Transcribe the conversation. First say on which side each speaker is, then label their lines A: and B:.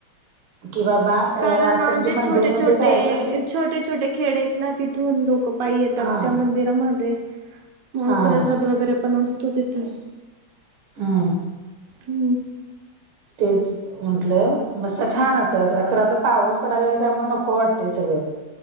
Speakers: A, on the right (about 85°); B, on the right (about 55°).
A: की बाबा.
B: कारण
A: अ असं म्हणजे
B: जे
A: मंदिरमध्ये
B: छोटे, छोटे,
A: कार्यक्रम
B: छोटे, छोटे खेडे आहेत ना? तिथून लोक. पा येतात.
A: हां
B: त्या मंदिरामध्ये मग
A: हां
B: प्रसाद
A: हां.
B: वगैरे पण असतो तिथे.
A: हा.
B: हो.
A: तेच. म्हटलं मस्त छान असते अस, खरं तर पाऊस पडायला त्यामुळे नको वाटत सगळं.